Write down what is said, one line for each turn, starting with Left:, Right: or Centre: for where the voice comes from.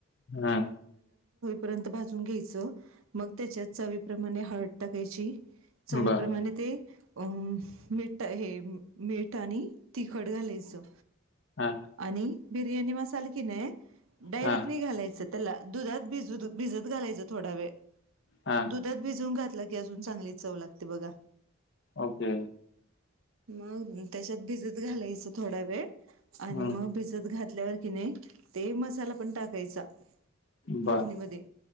Left: हा
Right: कून घय त्याच्या प्रमाणे हळट टाकायची चवीप्रमाणे
Left: बर
Right: ते अ मठ हे मेठ आणि तिखट घालायचं
Left: हा
Right: आणि बिर्याणी मसाला कि नाही आहे डायरेक्ट
Left: हा
Right: नाही घालायचं दुधात भ भिजत घालायच थोडा वळ
Left: हा
Right: दध त भिजवून घातला की अजून चांगलीच चव लागते बघा.
Left: ओके.
Right: मग त्याच्यात भिजत घालायचं थोडा वेळ
Left: हम्म
Right: आणि मग भिजत घात. ल्यावर कि नाही ते मसाला पण टाकायचा.
Left: बर
Right: फोडणीमध्ये